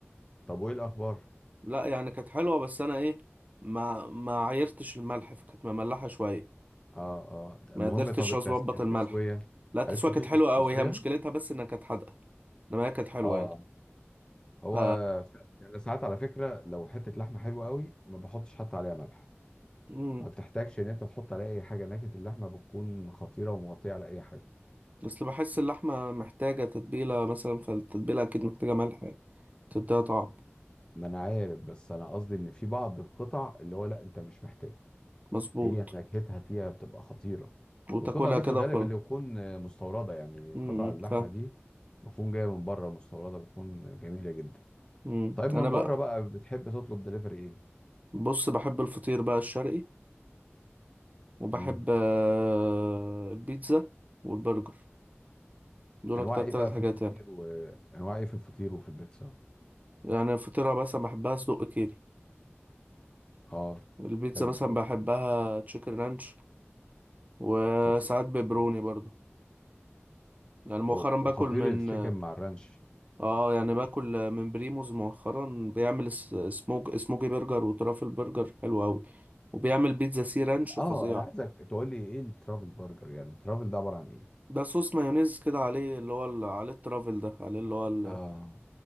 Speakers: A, on the left; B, on the right.
A: طب وايه الاخبار
B: لا يعني كانت حلوة بس انا ايه ما ما عيرتش الملح فكانت مملحة شوية
A: اه اه
B: ما
A: المهم
B: قدرتش
A: طب التس...
B: اظبط
A: التسوية
B: الملح لا التسوية
A: عرفت تظبط
B: كانت حلوة
A: التسوية
B: قوي هي مشكلتها بس انها كانت حادقة انما هي كانت حلوة
A: اه
B: يعني
A: هو
B: ف
A: ف- يعني ساعات على فكرة لو حتة لحمة حلوة قوي ما بحطش حتى عليها ملح
B: مم.
A: ما بتحتاجش ان انت تحط عليها اي حاجة نكهة اللحمة بتكون خطيرة ومغطية على اي حاجة
B: اصل بحس اللحمة محتاجة تتبيلة مثلا فالتتبيلة أكيد محتاجة ملح يعني تديها طعم
A: ما انا عارف بس انا قصدي ان في بعض القطع اللي هو لا انت مش محتاج
B: مظبوط
A: هي نكهتها فيها بتبقى خطيرة
B: وتاكلها
A: والقطع دي
B: كده
A: في الغالب
B: وخلاص
A: اللي يكون آه، مستوردة يعني
B: مم.
A: قطع اللحمة
B: ف
A: دي بتكون جاية من بره مستوردة بتكون جميلة جدا
B: مم.
A: طيب من
B: أنا بقى
A: بره بقى بتحب تطلب دليفري ايه؟
B: بص بحب الفطير بقى الشرقي وبحب
A: مم.
B: آه، البيتزا والبرجر دول
A: انواع
B: أكتر
A: ايه
B: تلات
A: بقى
B: حاجات
A: في الفطير
B: يعني
A: وانواع ايه في الفطير وفي البيتزا؟
B: يعني الفطيرة مثلا بحبها سجق كيري
A: اه
B: البيتزا
A: حلو
B: مثلا
A: سجق
B: بحبها تشيكن رانش وساعات
A: خطير
B: بيبروني
A: مم.
B: برضو يعني مؤخرا
A: هو
B: باكل
A: خطير
B: من
A: التشيكن مع الرانش
B: اه يعني باكل من بريموز مؤخرا بيعمل اس- سموك سموكي برجر وترافل برجر حلو قوي وبيعمل بيتزا سي رانش فظيعة
A: اه انا عايزك تقول لي ايه الترافل برجر يعني الترافل ده عبارة عن ايه؟
B: ده صوص مايونيز كده عليه اللي هو ال- عليه الترافل ده عليه اللي هو ال-
A: اه